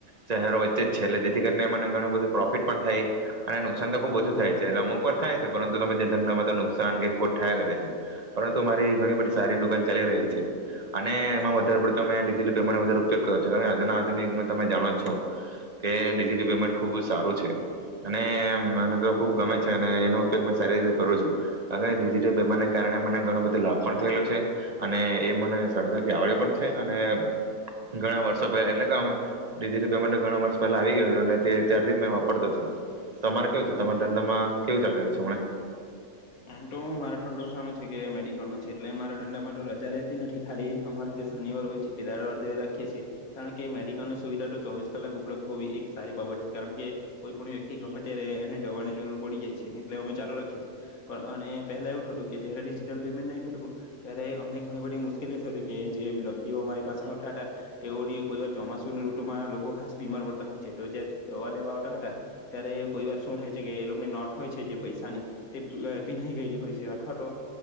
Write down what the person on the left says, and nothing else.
એમ તો મારો ઠંડો સનો છે કે મેડિકલનોો છે એટલે મારા ઠંડામાં તો રજા રહેતી નથી ખાલી અમારે જે શનિવાર હોય છે તે દારે રાખીઅ છીએ કારણ કે મેડિકલની સુવિધા તો ચોવીસ કલાક ઉપલબ્ધ હોવી એક સારી બાબત છે કારણ કે કોઈ પણ વ્યક્તિ ગમેટે રહે એને દવાની જરૂર પડી જાય છે એટલે અમે ચાલુ રાખીએ છીએ પણ અને પહેલા એવું થતું કે જયારે ડિજિટલ પેમેન્ટ નહી હતું ત્યારે અમને ઘણી બધી મુશ્કેલી થતી હતી કે જે વ્યક્તિઓ અમારી પાસે આવતા હતા તેઓની કોઈ વાર ચોમાસુની ઋતુમાં લોકો ખાસ બીમાર પડતા હોય છે તો જયારે દવા લેવા આવતા હતા ત્યારે કોઈ વાર શું થાય છે કે એ લોકોની નોટ હોય છે જે પૈસાની તે ભીનાઈ ગઈ હોય છે અથવા તો